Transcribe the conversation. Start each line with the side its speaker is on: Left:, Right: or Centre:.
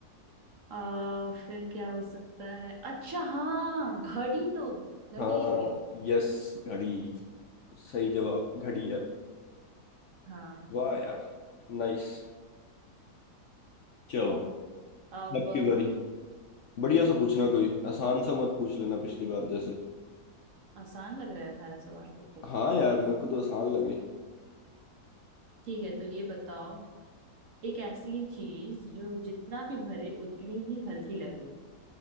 Right: आ फिर क्या हो सकता है अच्छा हाँ घड़ी तो घड़ी
Left: हाँ
Right: है ये
Left: यस घड़ी सही जवाब घड़ी है
Right: हाँ
Left: वाह यार नाइस चलो
Right: अब
Left: आपकी बारी बढ़िया
Right: बिल्कुल
Left: सा पूछना कोई आसान सा मत पूछ लेना पिछली बार जैसे
Right: आसान लग रहा है सारा सवाल बिल्कुल
Left: हाँ यार मेरे को तो आसान लगे
Right: ठीक है तो ये बताओ एक ऐसी चीज जो जितना भी भरे उतनी ही हल्की लगे